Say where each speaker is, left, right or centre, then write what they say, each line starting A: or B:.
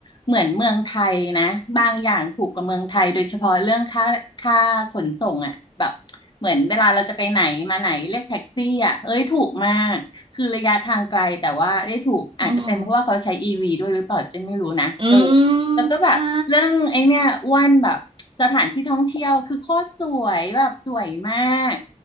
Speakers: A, on the left; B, on the right.
A: เหมือนเมืองไทยนะบางอย่างถูกกว่าเมืองไทยโดยเฉพาะเรื่องค่าค่าขนส่งอ่ะแบบเหมือนเวลาเราจะไปไหนมาไหนเรียกแท็กซี่อ่ะเอ้ยถูกมากคือระยะทางไกลแต่ว่าได้ถูกอาจจะเป็นเพราะว่าเขาใช้อีวีด้วยหรือเปล่าเจนไม่รู้นะเออ
B: อืมอืมใช่
A: แล้วก็แบบเรื่องไอ้เนี่ยอ้วนแบบสถานที่ท่องเที่ยวคือโคตรสวยแบบสวยมาก